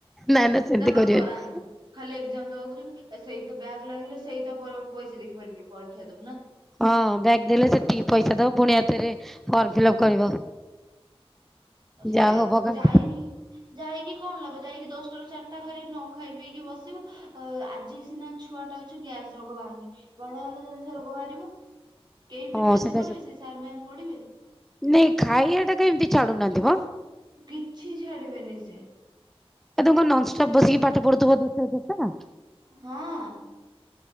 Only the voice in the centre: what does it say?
ନା ନା ସେମିତି
କରିବନି
ହଁ ବ୍ୟାଗ ଦେଲେ ସେତିକି ପଇସା ଦବ ପୁଣି ଏଥିରେ ଫର୍ମ ଫିଲ୍ଅପ୍ କରିବ
ଯାହା ହଉ ଭଗବାନ
ହଁ
ସେଟା
ସତ
ନାଇଁ ଖାଇବା ଟା କେମିତିଛାଡୁନାହାନ୍ତିି ବ
ଏ ତାକୁ ନନଷ୍ଟପ୍ ବସିକି ପାଠ ପଢୁଥିବ ଦଶଟା ରୁ ଚା ରିଟା